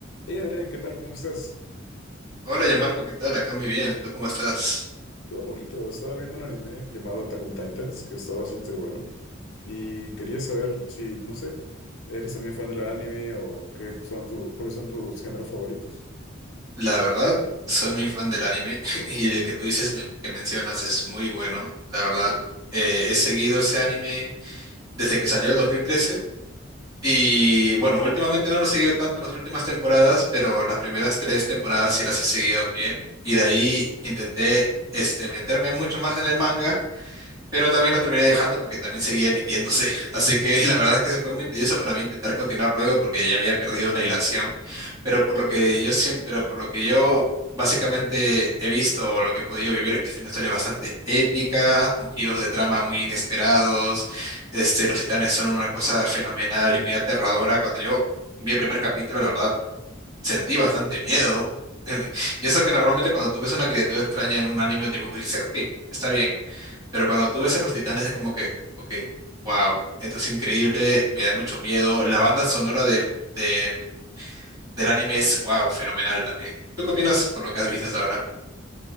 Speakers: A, on the left; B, on the right.
A: Hey Adrián, ¿qué tal? ¿Cómo estás?
B: Hola, Yamarco, ¿qué tal? Acá muy bien. ¿Tú cómo estás?
A: Todo bonito. Estaba viendo un anime llamado Attack on Titans, que está bastante bueno. Y quería saber si, no sé, ¿eres también fan del anime o qué son tu, cuáles son tus géneros favoritos?
B: La verdad, soy muy fan del anime <laughs> y el que tú dices me- que mencionas es muy bueno. La verdad, eh, he seguido ese anime desde que salió en 2013 y bueno, últimamente no lo he seguido tanto las últimas temporadas, pero las primeras tres temporadas sí las he seguido a pie y de ahí intenté este, meterme mucho más en el manga pero también la terminé dejando porque también seguía emitiéndose. <laughs> Así que la verdad es que se fue muy tedioso para mí intentar continuar luego porque ya había perdido la hilación. Pero por lo que yo siempre, pero por lo que yo básicamente he visto o lo que he podido vivir, que es una historia bastante épica, con giros de trama muy inesperados. Este, los titanes son una cosa fenomenal y muy aterradora. Cuando yo vi el primer capítulo, la verdad, sentí bastante miedo. <laughs> Y eso que normalmente cuando tú ves una criatura extraña en un anime o dibujo, dices, ok, está bien. Pero cuando tú ves a los Titanes es como que, ok, wow, esto es increíble, me da mucho miedo. La banda sonora de, de- del anime es, wow, fenomenal también. ¿Tú qué opinas por lo que has visto hasta ahora?